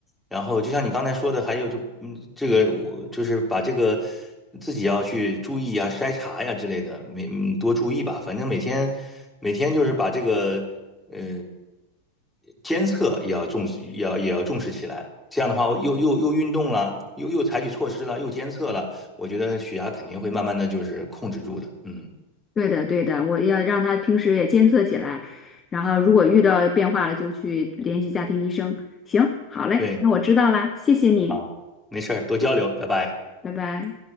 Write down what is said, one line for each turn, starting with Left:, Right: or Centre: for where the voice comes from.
Centre: 然后就像你刚才说的，还有就嗯，这个我就是把这个自己要去注意呀、筛查呀之类的，每嗯多注意吧。反正每天每天就是把这个呃监测也要重视，也要也要重视起来。这样的话，又又又运动了，又又采取措施了，又监测了，我觉得血压肯定会慢慢的就是控制住的。嗯，
Left: 对的，对的，我要让他平时也监测起来，然后如果遇到变化了，就去联系家庭医生。行，好嘞，
Centre: 对。
Left: 那我知道啦，谢谢你，
Centre: 好，没事儿，多交流，拜拜。
Left: 拜拜。